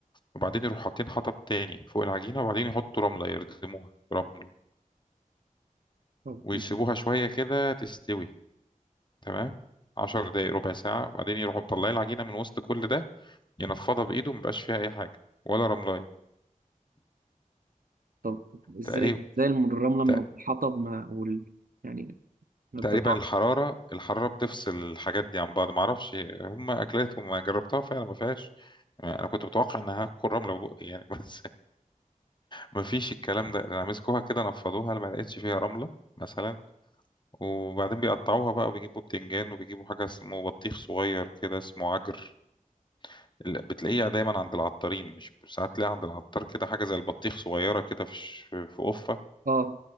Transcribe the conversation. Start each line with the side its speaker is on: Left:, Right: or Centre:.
Left: وبعدين يروحوا حاطين حطب تاني فوق العجينة وبعدين يحطوا رملة يردموها رملة
Right: طب
Left: ويسيبوها
Right: دي
Left: شوية كده تستوي تمام عشر دقايق ربع ساعة وبعدين يروحوا مطلعين العجينة من وسط كل ده ينفضها بايده مبقاش فيها اي حاجه ولا رملايه
Right: طب ازاي
Left: تقريبا
Right: ازاي الم- الرملة من
Left: تق-
Right: الحطب ما وال يعني ما بتتعرف
Left: تقريبا الحراره الحراره بتفصل الحاجات دي عن بعض معرفش هم اكلاتهم ما جربتها فعلا ما فيهاش انا كنت متوقع ان هاكل رمله بقى يعني <laughs> بس ما فيش الكلام ده انا مسكوها كده نفضوها ما لقيتش فيها رمله مثلا وبعدين بيقطعوها بقى وبيجيبوا بتنجان وبيجيبوا حاجه اسمه بطيخ صغير كده اسمه عجر ال- بتلاقيه دايما عند العطارين مش ساعات تلاقيها عند العطار كده حاجه زي البطيخ صغيره كده في ش- في قفه
Right: اه